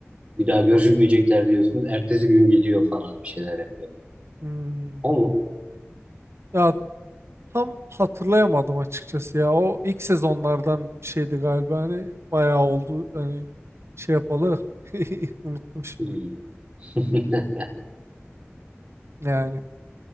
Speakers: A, on the right; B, on the right.
A: Bir daha görüşmeyecekler diyorsun. Ertesi gün gidiyor falan bir şeyler yapıyor.
B: Hmm.
A: O mu?
B: Ya Tam hatırlayamadım açıkçası ya. O ilk sezonlardan bir şeydi galiba. Hani bayağı oldu. Hani şey yapalı. <laughs> Unuttum şimdi.
A: Hmm. <laughs>
B: Yani